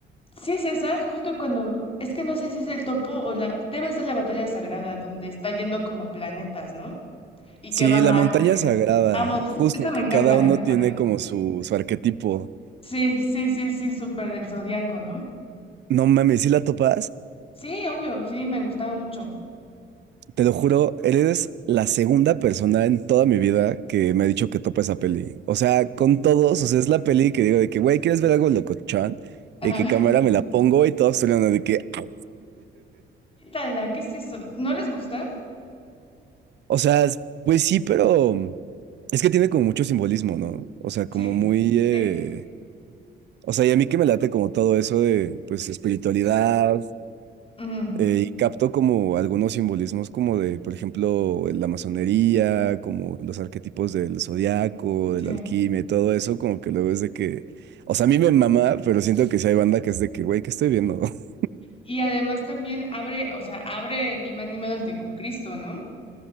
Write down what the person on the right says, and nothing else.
Sí,
La Montaña
Sagrada,
justo
que
cada
uno
tiene
como su, su arquetipo.
No mames, ¿sí la topas?
Te lo juro, eres la segunda persona en toda mi vida que me ha dicho que topa esa peli. O sea, con todos, o sea, es la peli que digo de que, güey, ¿quieres ver algo locochón?
Y que cámara
me la pongo y todos hablando de que, "Ah".
o sea, es- pues sí, pero es que tiene como mucho simbolismo, ¿no? O sea, como
muy, eh,
o sea, y a mí que me late como todo eso de, pues, espiritualidad,
eh, y capto como algunos simbolismos como de, por ejemplo, la masonería, como los arquetipos del zodiaco,
del alquimia y todo eso, como que luego es de que, o sea, a mí me mama, pero siento que sí hay banda que es de que, güey, ¿qué estoy viendo? <laughs>